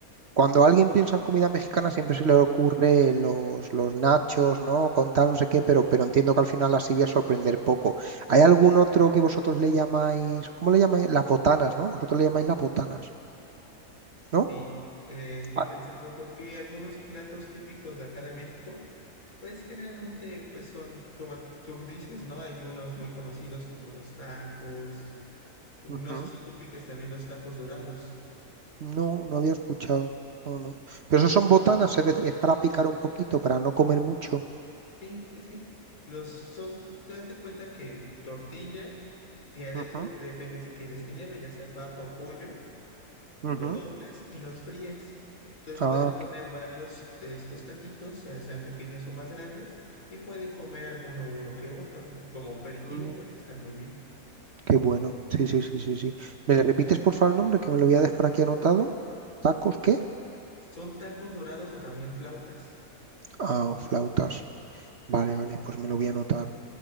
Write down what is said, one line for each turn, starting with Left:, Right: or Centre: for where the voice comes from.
Right: Cuando alguien piensa en comida mexicana siempre se le ocurre los, los nachos, ¿no? Con tal, no sé qué, pero, pero entiendo que al final las iba a sorprender poco. ¿Hay algún otro que vosotros le llamáis, ¿cómo le llamáis? Las botanas, ¿no? Vosotros le llamáis las botanas, ¿no?
Left: Sí, eh, estoy
Right: Ah,
Left: pensando porque algunos platos típicos de acá de México, pues generalmente pues son como tú dices, ¿no? Hay unos muy conocidos como los tacos. No
Right: ujú.
Left: sé si tú ubiques también los tacos dorados.
Right: No, no había escuchado. No, no. Pero eso
Left: o-
Right: son botanas, es decir, es para picar un poquito, para no comer mucho.
Left: Sí, sí, sí. Los son, te das de cuenta que tortilla y adentro
Right: Ujú,
Left: depende qué quieres que lleve, ya sea papa o pollo. Lo
Right: ujú.
Left: doblas y los fríes. Entonces
Right: Ah,
Left: puedes poner
Right: qué
Left: varios de estos taquitos, eh, sean pequeños o más grandes, y pueden comer alguno uno que otro. Como aperitivo,
Right: mm,
Left: pues están muy bien.
Right: qué bueno. Sí, sí, sí, sí, sí. ¿Me repites por favor el nombre que me lo voy a dejar aquí anotado? ¿Tacos qué?
Left: Son tacos dorados o también flautas.
Right: Ah, o flautas. Vale, vale, pues me lo voy a anotar.